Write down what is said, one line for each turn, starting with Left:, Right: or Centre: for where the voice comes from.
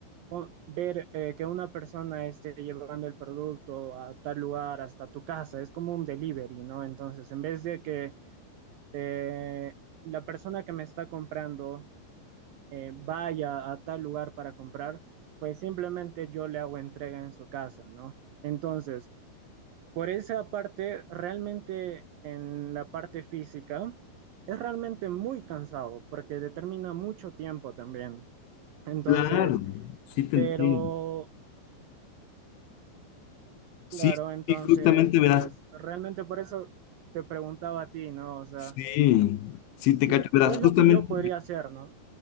Right: o ver eh, que una persona esté llevando el producto a tal lugar, hasta tu casa, es como un delivery, ¿no? Entonces, en vez de que eh, la persona que me está comprando eh, vaya a tal lugar para comprar, pues simplemente yo le hago entrega en su casa, ¿no? Entonces, por esa parte, realmente en la parte física, es realmente muy cansado porque determina mucho tiempo también. Entonces,
Left: Claro, sí te
Right: pero
Left: entiendo. Sí,
Right: Claro, entonces,
Left: sí, justamente verás.
Right: pues realmente por eso te preguntaba a ti, ¿no? O sea,
Left: Sí, sí te
Right: ¿qué,
Left: cacho, verás.
Right: qué es
Left: Justamente.
Right: lo que yo podría hacer, ¿no?